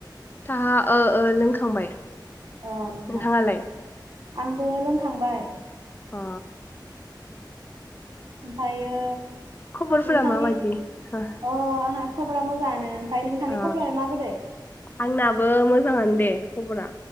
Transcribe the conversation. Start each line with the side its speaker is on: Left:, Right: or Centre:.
Left: साहा ओ ओ लोंखांबाय
Right: अ नोंथां
Left: नोंथाङालाय
Right: आंबो लोंखांबाय
Left: आ
Right: ओमफायो
Left: खबरफोरा
Right: नोंथांनि
Left: माबायदि हो
Right: अ आंहा खबरा मोजांआनो ओमफाय नोंथांनि
Left: अ
Right: खबर आलाय माबोरै?
Left: आंनाबो मोजांङानो दे खबरा